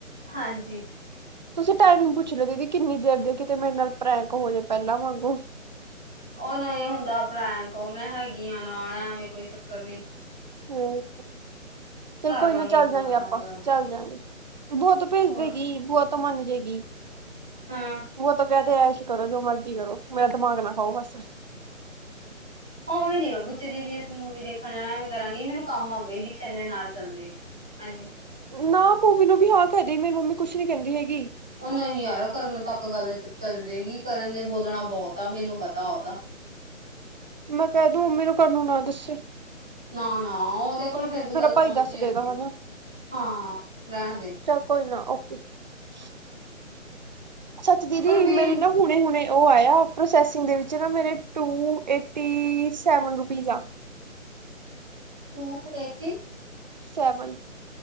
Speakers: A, in the centre; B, on the right.
A: ਹਾਂਜੀ।
B: ਤੁਸੀਂ ਟਾਈਮਿੰਗ ਪੁੱਛ ਲੋ ਦੀਦੀ, ਕਿੰਨੀ ਦੇਰ ਦੀ ਆ ਕਿਤੇ ਮੇਰੇ ਨਾਲ ਪਰੈਂਕ ਹੋਜੇ ਪਹਿਲਾਂ ਵਾਂਗੂ।
A: ਉਹ ਨਹੀਂ ਹੁੰਦਾ ਪਰੈਂਕ, ਉਹ ਮੈਂ ਹੈਗੀ ਆ ਨਾਲ, ਐਵੇਂ ਕੋਈ ਚੱਕਰ ਨਹੀਂ।
B: ਹੂੰ ਚੱਲ ਕੋਈ
A: ਲਾਂਗੀ
B: ਨਾ, ਚੱਲ
A: ਬੂਆ
B: ਜਾਂਗੇ
A: ਨਾਲ
B: ਆਪਾਂ-
A: ਗੱਲ
B: ਚੱਲ ਜਾਂਗੇ ਬੂਆ ਤੋ ਭੇਜ
A: ਹੋਰ
B: ਦੇਗੀ ਬੂਆ ਤੋਂ ਮਨ ਜੇਗੀ।
A: ਹਾਂ।
B: ਵੋ, ਤੋ ਕਹਿਦੇ ਐਸ਼ ਕਰੋ, ਜੋ ਮਰਜ਼ੀ ਕਰੋ, ਮੇਰਾ ਦਿਮਾਗ ਨਾ ਖਾਓ ਬਸ।
A: ਉਵੇਂ ਨੀ ਮੈਂ ਪੁੱਛਦੀ ਵੀ, ਅਸੀਂ ਮੂਵੀ ਦੇਖਣ ਜਾਣਾਵੇ, ਐਂਵੇ ਕਰਾਂਗੀ, ਮੈਨੂੰ ਕੰਮ ਹੋ ਗਈ, ਦੀਕਸ਼ਾ ਮੇਰੇ ਨਾਲ ਚੱਲ ਜੇਗੀ। ਐਨੀ ਕੋਲ
B: ਨਾ ਬੂਬੀ ਨੂੰ ਵੀ, ਹਾਂ ਕਹਿ ਦੀ। ਮੇਰੀ ਮੰਮੀ ਕੁੱਛ ਨੀ ਕਹਿੰਦੀ ਹੈਗੀ।
A: ਉਹ ਨਹੀਂ ਯਾਰ, ਕਰਨ ਤੱਕ ਗੱਲ ਚੱਲ ਜੇਗੀ। ਕਰਨ ਨੇ ਬੋਲਣਾ ਬਹੁਤ ਆ, ਮੈਨੂੰ ਪਤਾ ਉਹਦਾ।
B: ਮੈਂ ਕਹਿ ਦੂੰ ਮੰਮੀ ਨੂੰ ਕਰਨ ਨੂੰ ਨਾ ਦੱਸੀ।
A: ਨਾ ਨਾ ਉਹਦੇ ਕੋਲ ਫੇਰ ਵੀ ਗੱਲ ਪਹੁੰਚ
B: ਭਾਈ ਦੱਸ
A: ਹੀ ਜਾਂਦੀ
B: ਦੇਗਾ
A: ਏ।
B: ਹਨਾ
A: ਹਾਂ। ਰਹਿਣ ਦੇ।
B: ਚੱਲ ਕੋਈ ਨਾ <inaudible> ਸੱਚ ਦੀਦੀ
A: ਪਰਵੀਨ
B: ਮੇਰੇ ਨਾ ਹੁਣੇ ਹੁਣੇ। ਉਹ ਆਇਆ ਪ੍ਰੋਸੈਸਿੰਗ ਦੇ ਵਿਚ ਨਾ ਮੇਰੇ ਟੂ ਏਟੀ ਸੈਵਨ ਰੁਪੀਸ ਆ। <inaudible>
A: To eighty.
B: Seven.